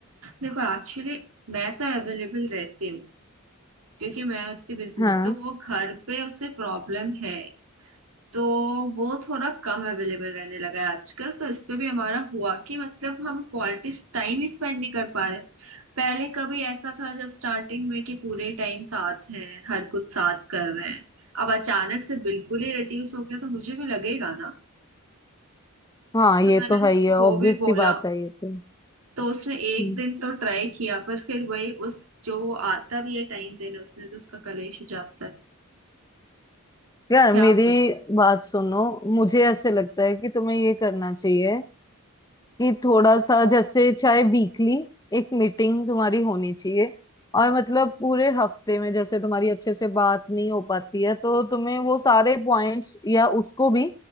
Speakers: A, on the right; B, on the left.
A: देखो एक्चुअली मैं तो अवेलेबल रहती हूँ क्योंकि मैं उतनी बिजी
B: हाँ
A: तो वो घर पे उसे प्रॉब्लम है तो वो थोड़ा कम अवेलेबल रहने लगा है आजकल तो इस पे भी हमारा हुआ कि मतलब हम क्वालिटी टाइम ही स्पेंड नहीं कर पा रहे पहले कभी ऐसा था जब स्टार्टिंग में कि पूरे टाइम साथ हैं हर कुछ साथ कर रहे हैं अब अचानक से बिल्कुल ही रिड्यूस हो गया तो मुझे भी लगेगा ना
B: हाँ ये
A: तो मैंने
B: तो
A: उसको
B: है ही है
A: वो
B: ऑब्वियस
A: भी बोला
B: सी बात है ये तो
A: तो उसने एक
B: हम्म,
A: दिन तो ट्राई किया पर फिर वही उस जो आता भी है टाइम देने उसने भी उसका कलेश हो जाता है
B: यार
A: क्या
B: मेरी
A: बोलूं मैं
B: बात सुनो मुझे ऐसे लगता है कि तुम्हें ये करना चाहिए कि थोड़ा सा जैसे चाहे वीकली एक मीटिंग तुम्हारी होनी चाहिए और मतलब पूरे हफ्ते में जैसे तुम्हारी अच्छे से बात नहीं हो पाती है तो तुम्हें वो सारे पॉइंट्स या उसको भी